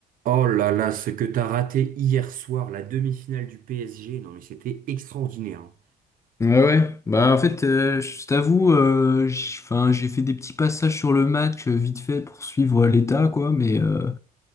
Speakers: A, on the right; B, on the left.
A: Oh là là, ce que t'as raté hier soir, la demi-finale du PSG, non mais c'était extraordinaire. hein.
B: Ouais, ouais. Bah, en fait, euh, je t'avoue, euh, j'- 'fin, j'ai fait des petits passages sur le match euh, vite fait pour suivre l'état, quoi. Mais, euh,